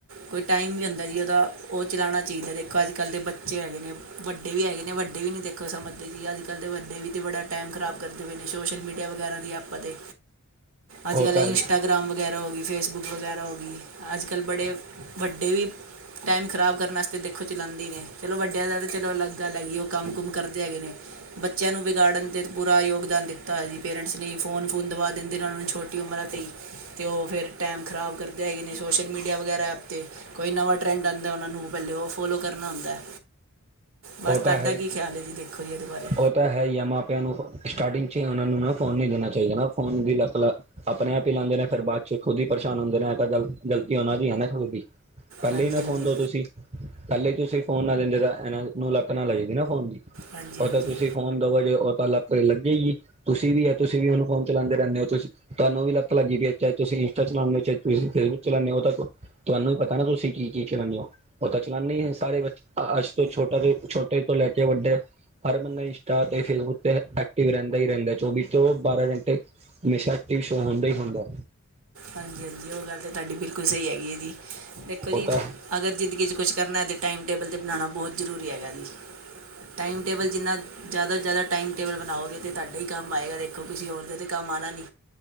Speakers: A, on the right; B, on the right.
A: ਕੋਈ ਟਾਈਮ ਵੀ ਹੁਦਾ ਓਦਾ ਫੋਨ ਚਲਾਉਣਾ ਚਾਹੀਦਾ ਦਾ ਜੀ। ਦੇਖੋ ਅੱਜ ਕੱਲ ਦੇ ਬੱਚੇ ਹੈਗੇ ਨੇ ਵੱਡੇ ਵੀ ਹੈਗੇ ਨੇ ਵੱਡੇ ਵੀ ਨਹੀਂ ਦੇਖੋ ਸਮਝਦੇ ਜ ਅੱਜ ਕੱਲ ਦੇ ਵੱਡੇ ਵੀ ਤਾਂ ਬੜਾ ਟਾਈਮ ਖ਼ਰਾਬ ਕਰਦੇ ਹੋਏ ਨੇ ਸੋਸ਼ਲ ਮੀਡੀਆ ਵਗੈਰਾ ਦੀ ਐਪਾਂ 'ਤੇ ਅੱਜ
B: ਉਹ
A: ਕੱਲ੍ਹ
B: ਤਾਂ
A: ਇੰਸਟਾਗ੍ਰਾਮ
B: ਹੈ
A: ਵਗੈਰਾ ਹੋਗੀ ਫੇਸਬੁੱਕ ਵਗੈਰਾ ਹੋ ਗਈ, ਅੱਜ ਕੱਲ ਬੜੇ ਵੱਡੇ ਵੀ ਟਾਈਮ ਖਰਾਬ ਕਰਨ ਵਾਸਤੇ ਦੇਖੋ ਚਲਾਉਂਦੀ ਨੇ ਚਲੋ ਵੱਡਿਆਂ ਦਾ ਤੇ ਚਲੋ ਅਲੱਗ ਗੱਲ ਹੈਗੀ। ਉਹ ਕੰਮ ਕੁਮ ਕਰਦੇ ਹੈਗੇ ਨੇ ਬੱਚਿਆਂ ਨੂੰ ਵਿਗਾੜਨ ' ਪੂਰਾ ਯੋਗਦਾਨ ਦਿੱਤਾ। ਤਾ ਦੀ ਪੇਰੈਂਟਸ ਨੇ ਫੋਨ, ਫੋਨ ਦਵਾ ਦਿੰਦੇ ਨੇ ਉਹਨਾਂ ਨੂੰ ਛੋਟੀ ਉਮਰਾਂ 'ਤੇ ਹੀ ਤੇ ਉਹ ਫੇਰ ਟੈਮ ਖ਼ਰਾਬ ਕਰਦੇ ਹੈਗੇ ਨੇ ਸੋਸ਼ਲ ਮੀਡੀਆ ਵਗੈਰਾ ਐਪ ਤੇ ਕੋਈ ਨਵਾਂ ਟਰੈਂਡ ਆਉਂਦਾ ਉਹਨਾਂ ਨੂੰ ਪਹਿਲੇੇ ਉਹ ਫਾਲੋ ਕਰਨਾ ਹੁੰਦਾ ਹੈ। ਬਸ
B: ਉਹ
A: ਤੁਹਾਡਾ
B: ਤਾ ਹੈ
A: ਕੀ
B: ਇਹ
A: ਖਿਆਲ ਹੈ ਜੀ ਦੇਖੋ ਜੀ ਇਹਦੇ ਬਾਰੇ
B: ਉਹ ਤਾਂ ਹੈ ਇਹ ਮਾਪਿਆਂ ਬਚਿਆ ਨੂੰ ਉਹ ਸਟਾਰਟਿੰਗ ਚ ਉਹ ਨੂੰ ਨਾ ਫੋਨ ਨਹੀਂ ਦੇਣਾ ਚਾਹੀਦਾ ਨਾ ਫੋਨ ਦੀ ਲਾਤ ਆਪਣੇ ਆਪ ਹੀ ਲਉਂਦੇ ਨੇ ਫਿਰ ਬਾਅਦ ਚ ਖੁਦ ਹੀ ਪਰੇਸ਼ਾਨ ਹੁੰਦੇ ਨੇ ਗਲ ਗਲਤੀ ਹੋਣਾ ਦੀ ਹਨ ਖੂਦ ਦੀ ਪਹਿਲੇਾਂ
A: ਹਾਂਜੀ
B: ਹੀ ਨਾ
A: ਹਾਂਜੀ
B: ਫੋਨ ਦੋ ਤੁਸੀਂ ਪਹਿਲੇਾਂ ਹੀ ਤੁਸੀਂ ਫੋਨ ਨਾ ਦਿੰਦੇ ਤਾਂ ਇਹਨਾਂ ਨੂੰ ਲੱਤ ਨਾ ਲੱਗਦੀ ਨਾ ਫੋਨ ਦੀ
A: ਹਾਂਜੀ
B: ਉਹ
A: ਹਾਂਜੀ
B: ਤਾਂ ਤੁਸੀਂ ਫੋਨ ਦੋਜੇ ਉਹ ਤਾਂ ਲ ਲੱਗੇ ਹੀ ਤੁਸੀਂ ਵੀ ਹੈ ਤੁਸੀਂ ਵੀਨੂੰ ਫੋਨ ਚਲਾਉਂਦੇ ਰਹਿੰਦੇ ਹੋ ਤੁਸੀਂ ਤੁਹਾਨੂੰ ਵੀ ਲਤ ਲੱਗੀ ਦੀ ਹੈ ਚਾਹੇ ਤੁਸੀਂ ਇੰਸਟਾ ਚਲਾਉਦੇ ਹੋ ਤੁਸੀਂ ਫੇਸੁੱਕ ਚਉਂਦੇ ਹੋ ਤਾਂ ਤੁਹਾਨੂੰ ਵੀ ਪਤਾ ਨਾ ਤੁਸੀਂ ਕੀ ਕੀ ਚਲਾਉਾਨ ਹੋ ਉਹ ਤਾਂ ਚਲਾਉਾਨਦੇ ਸਾਰੇ ਬੱਚੇ ਅੱਜ ਤੋਂ ਛੋਟ ਛੋਟੇ ਤੋਂ ਲੈ ਕੇ ਵੱਡੇ ਹਰ ਬੰਦਾ ਇੰਸਟਾ ਤੇ ਫੇਸਬੁੱਕ ਤੇ ਐਕਟਿਵ ਰਹਿੰਦਾ ਹੀ ਰਹਿੰਦਾ ਚੌਵੀ ਤੋਂ ਬਾਰਾਂ ਘੰਟੇ ਹਮੇਸ਼ਾ ਟੀ ਵੀ ਸ਼ੋਅ ਹੁੰਦਾ ਹੀ ਹੁੰਦਾ।
A: ਹਾਂਜੀ, ਹਾਂਜੀ ਉਹ ਗੱਲ ਤਾਂ ਤੁਹਾਡੀ ਬਿਲਕੁਲ ਸਹੀ ਹੈਗੀ ਹੈ ਜੀ ਦੇਖੋ ਜੀ
B: ਉਹ ਤਾਂ
A: ਅਗਰ ਜ਼ਿੰਦਗੀ 'ਚ ਕੁਛ ਕਰਨਾ ਤਾਂ ਟਾਈਮ ਟੇਬਲ 'ਤੇ ਬਣਾਉਣਾ ਬਹੁਤ ਜ਼ਰੂਰੀ ਹੈਗਾ ਜੀ। ਟਾਈਮ ਟੇਬਲ ਜਿੰਨਾ ਜ਼ਿਆਦਾ ਤੋਂ ਜ਼ਿਆਦਾ ਟਾਈਮ ਟੇਬਲ ਬਣਾਓਗੇ ਤਾਂ ਤੁਹਾਡਾ ਹੀ ਕੰਮ ਆਏਗਾ। ਦੇਖੋ ਕਿਸਸੀੇ ਹੋਰ ' ਤਾਂ ਕਾਮ ਆਣਾ ਨੀ